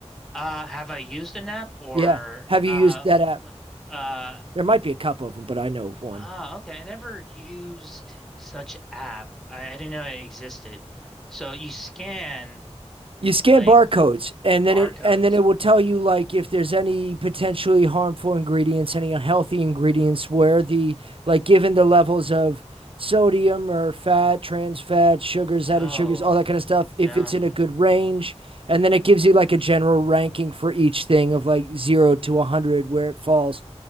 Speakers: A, in the centre; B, on the right.
A: Uh, have I used an app or
B: Yeah. Have you
A: uh,
B: used that
A: l-
B: app?
A: l- uh,
B: There might be a couple of them, but I know of one.
A: ah, okay. I never used such app. I, I didn't know it existed. So you scan
B: you scan
A: like
B: barcodes and then
A: barcodes.
B: it and then it will tell you like if there's any potentially harmful ingredients any unhealthy ingredients where the like given the levels of sodium or fat trans fat sugars
A: No,
B: added sugars all that kind of stuff if
A: no.
B: it's in a good range and then it gives you like a general ranking for each thing of like 0 to 100 where it falls